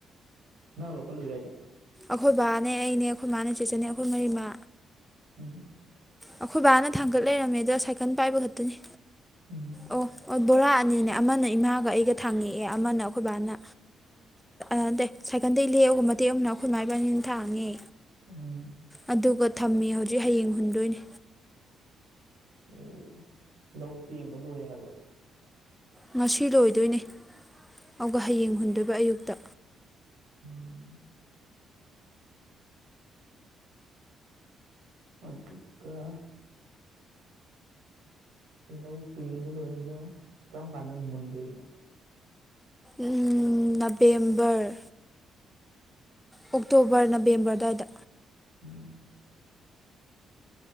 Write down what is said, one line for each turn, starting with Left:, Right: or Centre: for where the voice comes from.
Right: ꯅꯪ ꯂꯧꯈꯠꯂꯨꯏꯔ ꯍꯥꯏꯖꯦ
Centre: ꯑꯩꯈꯣꯏ ꯕꯥꯅꯦ ꯑꯩꯅꯦ ꯑꯩꯈꯣꯏ ꯃꯥꯕꯥꯥꯅꯦ ꯆꯦꯠꯆꯅꯦ ꯑꯩꯈꯣꯏ ꯃꯔꯤꯃꯥ
Right: ꯎꯝ
Centre: ꯑꯩꯈꯣꯏ ꯕꯥꯅ ꯊꯥꯡꯒꯠ ꯂꯩꯔꯝꯃꯦꯗ ꯑꯗ ꯁꯥꯏꯀꯜ ꯄꯥꯏꯕ ꯈꯛꯇꯅꯤ
Right: ꯎꯝ
Centre: ꯑꯣ ꯑꯣ ꯕꯣꯔꯥ ꯑꯅꯤꯅꯦ ꯑꯃꯅ ꯏꯃꯥꯒ ꯑꯩꯒ ꯊꯥꯡꯉꯛꯑꯦ ꯑꯃꯅ ꯑꯩꯈꯣꯏꯕꯥꯅ ꯎꯝꯗ ꯁꯥꯏꯀꯜꯗꯗꯡ ꯏꯟꯂꯦꯛꯑꯒ ꯃꯇꯦꯛ ꯑꯃꯅ ꯑꯩꯈꯣꯏ ꯃꯥ ꯏꯕꯅꯤꯅ ꯊꯥꯡꯉꯦ
Right: ꯎꯝ
Centre: ꯑꯗꯨꯒ ꯊꯝꯃꯤ ꯍꯧꯖꯤꯛ ꯍꯌꯦꯡ ꯍꯨꯟꯗꯣꯏꯅꯤ
Right: ꯑꯣ ꯂꯧ ꯄꯦꯡꯕ ꯂꯣꯏꯔꯦ ꯍꯥꯏꯕꯔꯣ
Centre: ꯉꯁꯤ ꯂꯣꯏꯗꯣꯏꯅꯦ ꯑꯗꯨꯒ ꯍꯌꯦꯡ ꯍꯨꯟꯗꯣꯏꯕ ꯑꯌꯨꯛꯇ
Right: ꯎꯝ ꯑꯗꯨꯒ ꯂꯧ ꯄꯦꯡꯕ ꯂꯣꯏꯔꯒ ꯀꯔꯝ ꯀꯥꯟꯗꯅ ꯃꯨꯟꯗꯣꯏꯖꯤꯅ
Centre: ꯎꯝ ꯅꯕꯦꯝꯕꯔ ꯑꯣꯛꯇꯣꯕꯔ ꯅꯕꯦꯝꯕꯔ ꯑꯗꯨꯋꯥꯏꯗ
Right: ꯎꯝ